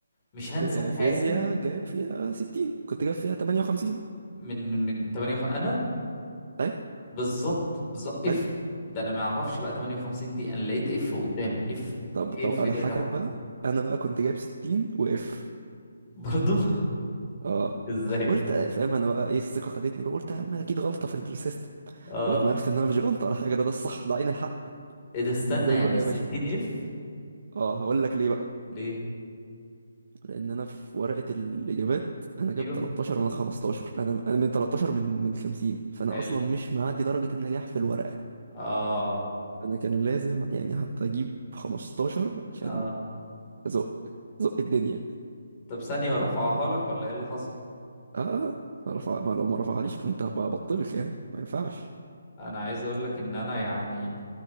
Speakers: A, on the left; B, on the right.
A: مش هنسى
B: في
A: في حياتي
B: فيزياء جايب فيها 60 كنت جايب فيها 58
A: من من 8 انا
B: طيب
A: بالظبط بالظبط
B: طيب
A: اف ده انا ما اعرفش بقى 58 دي انا لقيت اف قدامي اف
B: طب طب
A: اف
B: اضحكك
A: دي يا جماعة
B: بقى انا بقى كنت جايب 60 واف
A: برضو
B: اه
A: <laughs> ازاي
B: قلت فاهم انا بقى ايه الثقه خدتني بقى قلت يا عم اكيد غلطه في السيستم
A: اه
B: لغايه ما عرفت انها مش غلطه ولا حاجه ده ده الصح ده عين الحق
A: ايه ده استنى
B: ازاي
A: يعني
B: بقى
A: 60
B: يا باشا
A: اف
B: اه هقول لك ليه بقى
A: ليه
B: لان انا في ورقه الاجابات انا
A: ايوه
B: جايب 13 من 15 انا انا من 13 من من 50 فانا
A: حلو
B: اصلا مش معدي درجه النجاح في الورقه
A: اه
B: انا كان لازم يعني حتى اجيب 15 عشان
A: اه
B: زق زق الدنيا
A: طب ثانية هو رفعها لك ولا ايه اللي حصل
B: اه ما رفع ما لو ما رفعليش كنت هبقى بطبخ يعني ما ينفعش
A: انا عايز اقول لك ان انا يعني